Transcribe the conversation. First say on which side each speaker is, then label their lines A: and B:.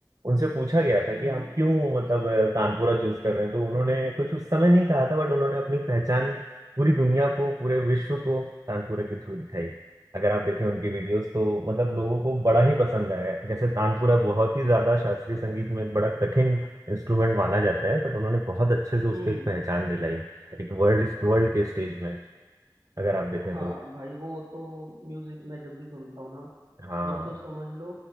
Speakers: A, on the right; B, on the right.
A: उनसे पूछा गया था
B: हम्म
A: कि आप
B: हम्म
A: क्यों मतलब अ, तानपुरा चूज कर रहे हैं तो उन्होंने कुछ उस समय नहीं कहा था बट उन्होंने अपनी पहचान पूरी दुनिया को पूरे विश्व को तानपुरे के थ्रू दिखाई अगर आप देखें उनकी वीडियोस तो मतलब लोगों को बड़ा ही पसंद आया है। जैसे तानपुरा बहुत ही ज्यादा शास्त्रीय संगीत में एक बड़ा कठिन इंस्ट्रूमेंट माना जाता है बट उन्होंने बहुत अच्छे से उसको
B: हम्म
A: एक
B: हम्म।
A: पहचान दिलाई एक वर्ल्ड वर्ल्ड के स्टेज में अगर आप देखें
B: हाँ
A: तो
B: भाई वो तो म्यूजिक मैं जब भी सुनता हूँ ना
A: हाँ
B: वो तो समझ लो